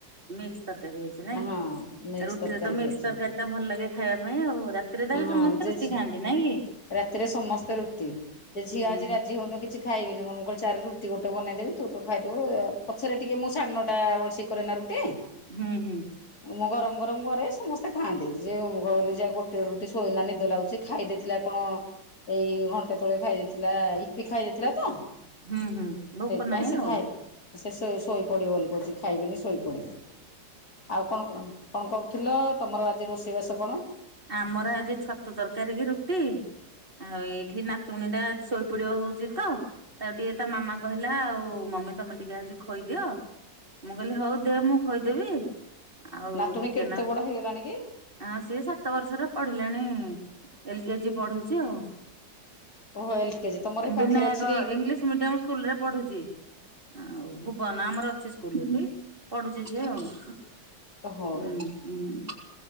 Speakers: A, on the right; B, on the left.
A: ମିକ୍ସ ତରକାରୀ ହେଇଛି ନାଇଁ
B: ହଁ ମିକ୍ସ
A: କି ରୁଟିରେ
B: ତରକାରୀ
A: ତ ମିକ୍ସ
B: ହେଇଛି
A: ତରକାରୀ ଟା ଭଲ ଲାଗେ ଖାଇବା ପାଇଁ ଆଉ। ରାତିରେ
B: ହଁ
A: ତାହେଲେ ସମସ୍ତେ
B: ଜେଜେ
A: ରୁଟି ଖାଆନ୍ତି ନାଇଁ କି?
B: ରାତିରେ ସମସ୍ତେ ରୁଟି ଯେ ଝିଅ
A: ହୁଁ
B: ଆଜି ରାଜି ହଉନି କିଛି ଖାଇବିନି ମୁଁ କହିଲି ଚାଲେ ରୁ ଟି ଗୋଟେ ବନେଇ ଦେବି ତୁ ତୋର ଖାଇଦବୁ ଆ ପଛରେ ଟିକେ ମୁଁ ସାଢ଼େ ନଅଟା <unintelligible> କରେନା ରୁଟି।
A: ହୁଁ ହୁଁ।
B: ମୁଁ ଗରମ ଗରମ କରେ ସମସ୍ତେ ଖାଆନ୍ତି ଯିଏ ମୁଁ କହିଲି ଯା ଗୋଟିଏ ରୁଟି ସୋଇନା ନିଦ ଲାଗୁଛି ଖାଇ ଦେଇଥିଲା। କଣ ଏଇ ଘଣ୍ଟେ ତଳେ ଖାଇ ଦେଇଥିଲା ଇପି ଖାଇ ଦେଇଥିଲା ତ।
A: ହୁଁ ହୁଁ ଭୋକ
B: ସେଇଥିପାଇଁ
A: ନାହିଁ
B: ସେ
A: ଆଉ।
B: ଖାଇ ସେ ଶୋ ଶୋ ଶୋଇପଡ଼ିବ ବୋଲି କହୁଛି ଖାଇବିନି ଶୋଇପଡ଼ିବି ଆଉ କଣ କହ? କଣ କରୁଥିଲ? ତମର ଆଜି ରୋଷେଇବାସ କଣ?
A: ଆ-ଆମର ଆଜି ଛତୁ ତରକାରୀ କି ରୁଟି। ଆଉ ଏଇଠି ନାତୁଣୀ ଟା ଶୋଇପଡିବ ହଉଛି ତ ତାକୁ ଟିକେ ତା ମାମା କହିଲା ଆଉ ମମି ତମେ ଟିକେ ଆଜି ଖୋଇଦିଅ। ମୁଁ କହିଲି ହଉ ଦେ ମୁଁ ଖୋଇଦେବି, ଆଉ
B: ନାତୁଣୀ
A: ଟିକେ
B: କେତେ
A: ନା
B: ବଡ ହେଇଗଲାଣି କି?
A: ଆ ସେ ସାତ ବର୍ଷର ପ ପଢିଲାଣି ଏଲ କେ ଜି ପଢୁଛି ଆଉ।
B: ଓହୋ ଏଲ କେଜି ତମର ଏଇ ପାଖରେ
A: ବିନାୟକ
B: ଅଛି କି
A: ଇଂଲିଶ ମିଡିୟମ ସ୍କୁଲରେ ପଢୁଛି। ଆଉ ଭୁବନ ଆମର ଅଛି ସ୍କୁଲ ଏଠି ପଢୁଛି ଝିଅ ଆଉ। ହୁଁ
B: ଓହୋ
A: ହୁଁ।